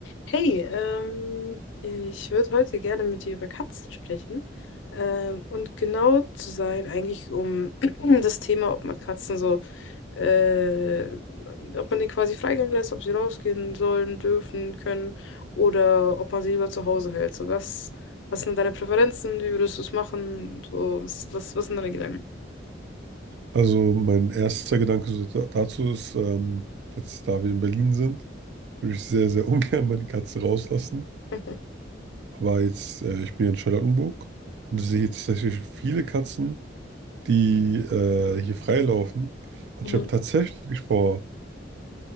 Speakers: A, on the left; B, on the right.
A: Hey, ähm, ich würde heute gerne mit dir über Katzen sprechen. Ähm, und genau zu sein, eigentlich um <clears throat> das Thema, ob man Katzen so, äh, ob man denen quasi Freigang lässt, ob sie rausgehen sollen, dürfen, können oder ob man sie lieber zu Hause hält. So, was, was sind deine Präferenzen? Wie würdest du es machen? So, was, was, was sind deine Gedanken?
B: Also mein erster Gedanke so da- dazu ist, ähm, jetzt da wir in Berlin sind, würde ich sehr, sehr <laughs> ungern meine Katze rauslassen.
A: <laughs>
B: Aber jetzt, äh, ich bin hier in Charlottenburg und sehe jetzt tatsächlich viele Katzen, die äh, hier freilaufen. Und
A: Mhm.
B: ich habe tatsächlich vor,